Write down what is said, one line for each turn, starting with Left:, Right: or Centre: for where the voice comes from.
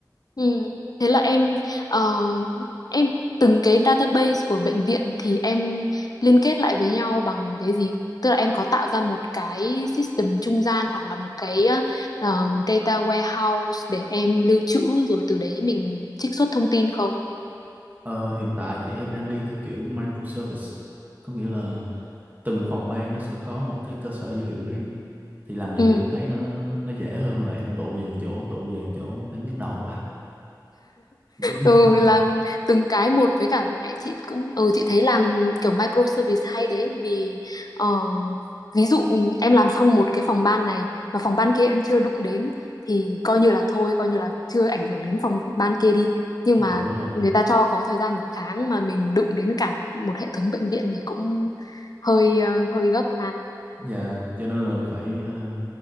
Left: Ừ. Thế là em ờ, em từng cái database của bệnh viện thì em liên kết lại với nhau bằng cái gì? Tức là em có tạo ra một cái system trung gian hoặc là một cái ờ, data warehouse để em lưu trữ rồi từ đấy mình trích xuất thông tin không?
Right: Ờ, hiện tại thì em đang đi theo kiểu microservice, có nghĩa là từng phòng ban nó sẽ có một cái cơ sở dữ liệu riêng. Thì làm vậy
Left: Ừ.
Right: thì em thấy nó nó, nó dễ hơn là em tụ về một chỗ, tụ về một chỗ em thấy nhức đầu quá. <laughs>
Left: ừ, làm từng cái một với cả ê, chị cũng ừ chị thấy làm kiểu micro service hay đấy vì ờ, ví dụ em làm xong một cái phòng ban này mà phòng ban kia em chưa đụng đến thì coi như là thôi coi như là chưa ảnh hưởng đến phòng ban kia đi nhưng
Right: Dạ
Left: mà
Right: đúng rồi.
Left: người ta cho có thời gian một tháng mà mình đụng đến cả một hệ thống bệnh viện thì cũng hơi ờ, hơi gấp ha
Right: Dạ cho nên là phải ờ,